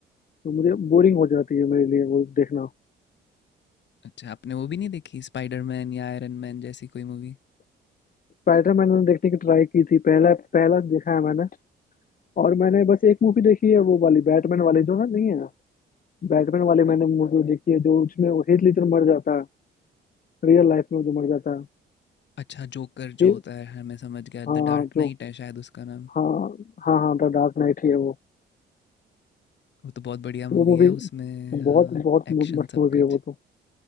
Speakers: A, on the left (about 45°); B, on the left (about 65°).
A: तो मुझे बोरिंग हो जाती है मेरे लिए वो देखना
B: अच्छा आपने वो भी नहीं देखी स्पाइडरमैन या आयरन मैन जैसी कोई मूवी
A: स्पाइडर मैंने देखने की ट्राई की थी पहला पहला देखा है मैंने और मैंने बस एक मूवी देखी है वो वाली बैटमैन वाली जो ना नहीं है बैटमैन वाली मैंने मूवी देखी है जो उसमें वो हीथ ledger मर जाता है रियल लाइफ में जो मर जाता है
B: अच्छा जोकर जो
A: हे-
B: होता है हाँ मैं समझ गया द
A: हाँ
B: डार्क
A: हाँ,
B: नाइट
A: जो
B: है शायद उसका नाम
A: हाँ हाँ हाँ द डार्क नाइट ही है वो
B: वो तो बहुत बढ़िया मूवी
A: वो मूवी
B: है उसमें हाँ,
A: बहुत बहुत
B: एक्शन
A: मस्त
B: सब
A: मूवी
B: कुछ
A: है वो तो